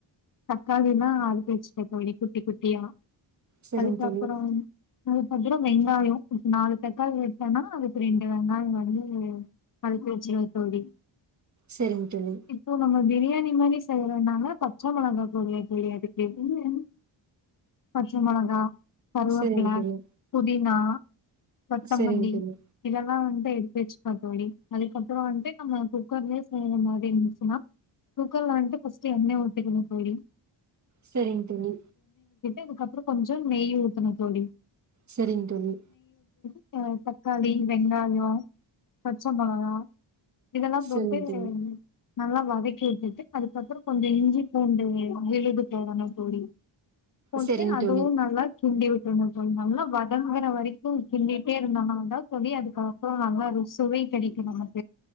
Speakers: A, on the left (about 45°); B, on the right (about 35°).
A: தக்காளி எல்லாம் அறிஞ்சி வச்சுடுவே தோழி குட்டி குட்டியா
B: சரிங்க
A: அதுக்கப்புறம்
B: தோழி.
A: <unintelligible> அப்பறே வெங்காயம் நாலு தக்காளி வெட்டேன்னா அதுக்கு ரெண்டு வெங்காயம் வந்து அறிஞ்சி வச்சிடுவே தோழி
B: சேரிங்க தோழி
A: இப்போ நம்ம பிரியாணி மாரி செய்ற நாங்க பச்சை மொளகா <unintelligible> <unintelligible> பச்ச மொளகா கருவேப்பில
B: சேரிங்க தோழி
A: புதினா கொத்தமல்லி
B: சரிங்க தோழி.
A: இதெல்லாம் லாம் வந்துட்டு எடுத்து வச்சுக்கா தோழி அதுக்கப்புறம் வந்துட்டு நம்ம குக்கர்லயே செய்யற மாதிரி இருந்துச்சுன்னா குக்கர்ல வந்துட்டுஸ் பஸ்ட் எண்ணெய் ஊட்டுக்கணும் தோழி
B: சேரிங்க தோழி
A: அதுக்கப்புறம் கொஞ்சம் நெய் ஊத்தனும் தோழி
B: சரிங்க தோழி
A: ஆஹ தக்காளி வெங்காயம் பச்ச மொளகா இதெல்லாம்
B: சரிங்க
A: போட்டு
B: தோழி.
A: நல்லா வதக்கி விட்டுட்டு அதுக்கப்புறம் கொஞ்சம் இஞ்சி பூண்டு விழுது போடணும் தோழி போட்டு
B: சரிங்க
A: அதுவும்
B: தோழி.
A: நல்ல கிண்டி விட்டோன தோழி ந நல்லா வதங்கற வரைக் கும் கிண்டிகிட்டே இருந்தோம்னா தான் தோழி அதுக்கப்புறம் நல்லா ரு சுவை கிடைக்கும் நமக்